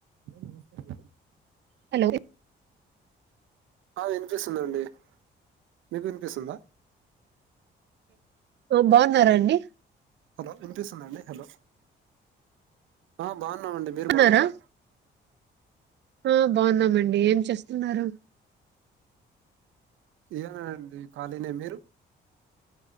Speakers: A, on the right; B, on the right.
A: హలో నమస్కారం
B: హలో
A: ఆ వినిపిస్తుందండి, మీకు వినిపిస్తుందా?
B: బాగున్నారాండి
A: హలో వినిపిస్తుందండి హలో, ఆ బాగు నాం అండి మీరు
B: బాగున్నారా
A: బాన్నార?
B: ఆ బాగున్నామండి ఏం చేస్తున్నారు?
A: ఏనా అండి ఖాళీనే, మీరు?